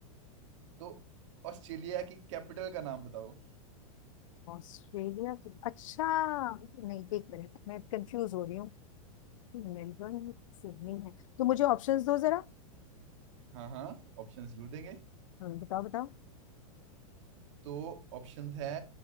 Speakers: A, on the right; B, on the left.
A: तो ऑस्ट्रेलिया की कैपिटल का नाम बताओ
B: ऑस्ट्रेलिया की अच्छा नहीं एक मिनट मैं कंफ्यूज हो रही हूँ मेलबर्न है, सिडनी है तो मुझे ऑप्शंस दो जरा
A: हाँ हाँ ऑप्शंस जरूर देंगे
B: हम्म, बताओ बताओ
A: तो ऑप्शंस है